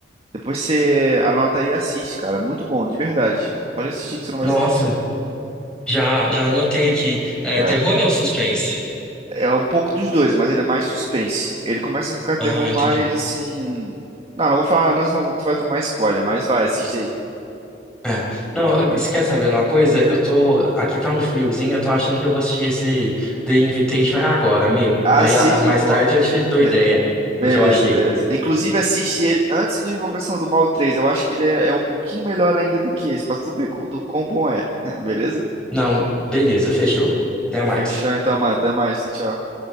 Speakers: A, on the right (about 35°); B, in the centre.
A: depois você anota aí e assiste, cara. Muito bom, de verdade. Pode assistir que você não vai
B: Nossa,
A: se arrepender.
B: já, já anotei aqui. É,
A: É.
B: terror ou suspense?
A: É um pouco dos dois, mas ele é mais suspense. Ele começa a ficar terror
B: Ah, entendi.
A: mais assim. Não, não vou falar, não, senão tu vai tomar spoiler, mas vai, assiste aí.
B: É. Não, você quer saber de uma coisa? Eu tô, aqui tá um friozinho, eu tô achando que eu vou assistir esse The Invitation agora, amigo.
A: Assiste,
B: Aí, ah, mais
A: pô.
B: tarde eu te dou
A: Be-
B: ideia
A: beleza,
B: do que eu achei.
A: beleza. Inclusive, assiste ele antes do Invocação do Mal 3. Eu acho que ele é, é um pouquinho melhor ainda do que esse, pra tu ver co- do quão bom é. <laughs> Beleza?
B: Não, beleza, fechou. Até mais.
A: Fechou então, mano. Até mais. Tchau, tchau.